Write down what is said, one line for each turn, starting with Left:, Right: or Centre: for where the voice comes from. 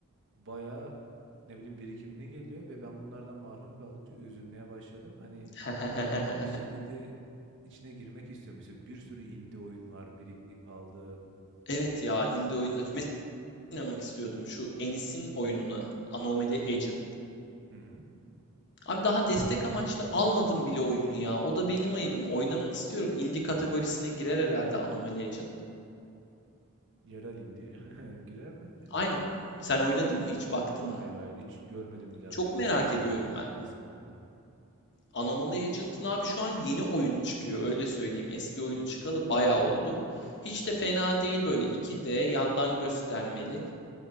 Right: bayağı ne bileyim birikimli geliyor ve ben bunlardan mahrum kaldıkça üzülmeye başladım. Hani
Left: <laughs>
Right: Bir şekilde içine girmek istiyorum. Mesela bir sürü indie oyun var, birikti kaldı.
Left: Evet ya indie oyunda mesela oynamak istiyordum şu Enis'in oyununu Anomaly Agent.
Right: Hı hı.
Left: Abi daha destek amaçlı almadım bile oyunu ya. O da benim ayıbım. Oynamak istiyorum. Indie kategorisine girer herhalde Anomaly Agent.
Right: Yerel indie <laughs> girer bence.
Left: Aynen. Sen oynadın mı hiç baktın
Right: Hayır
Left: mı?
Right: hayır hiç görmedim bile hatta
Left: Çok
Right: en
Left: merak
Right: iyisi izlemeyi
Left: ediyorum ben.
Right: bayağı saldım da.
Left: Anomaly Agent'ın abi şu an yeni oyunu çıkıyor öyle söyleyeyim. Eski oyunu
Right: Hı hı.
Left: çıkalı bayağı oldu. Hiç de fena değil böyle 2D yandan göstermeli.